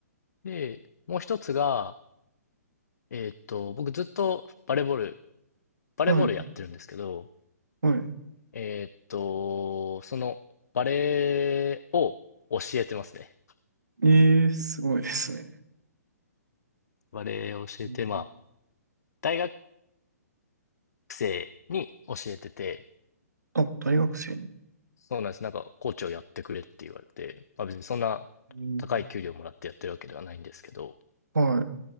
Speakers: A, on the left; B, on the right.
A: で、もう一つが、えーっと、僕ずっとバレーボール、バレーボールやってるんですけど、
B: はい、はい。
A: えーっと、そのバレーを教えてますね。
B: えー、すごいですね。
A: バレーを教えて、
B: うん
A: まあ、大学生に教えてて、
B: あ、大学生に。
A: そうなんです。なんか、コーチをやってくれって言われて、まあ別にそんな
B: うん
A: 高い給料もらってやってるわけではないんですけど、
B: はい。